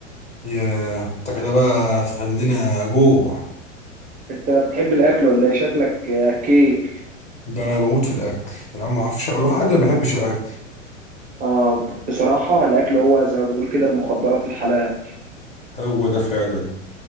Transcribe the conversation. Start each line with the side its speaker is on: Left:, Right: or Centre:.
Left: يا انت كده بقى تخلينا جوع
Right: انت بتحب الاكل ولا ايه شكلك آه، اكيل
Left: ده انا بموت في الاكل يا عم ما فيش هو في حد ما بيحبش الاكل
Right: اه ب- بصراحة الاكل هو زي ما بنقول كده المخدرات الحلال
Left: هو ده فعلا